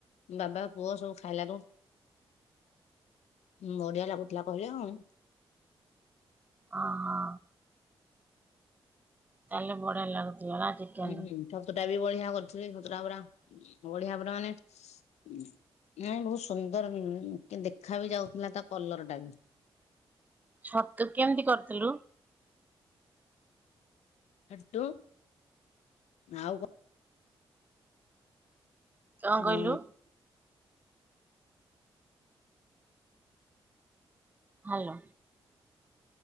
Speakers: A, on the left; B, on the right.
A: ବାବା ପୁଅ ସବୁ ଖାଇଲାରୁୁ ହଁ ବଢିଆ ଲାଗୁଥିଲା କହିଲେ ହମୁ
B: ଓ ହଁ। ତାହେଲେ ବଢିଆ ଲାଗୁଥିଲା ନା ଚିକେନ
A: ହୁଁ ଛତୁ ଟା ବି ବଢିଆ କରୁଥିଲି ଛତୁଟା ପୁରା ବଢିଆ ପରା ମାନେ ମୁ ବହୁତ ସୁନ୍ଦର ନ କି ଦେଖା ବି ଯାଉଥିଲା ତା କଲର ଟା ବି
B: ଛତୁ କେମିତି କରିଥିଲୁ?
A: ଖୁ କ
B: କଣ କହିଲୁ
A: ହ
B: ହାଲୋ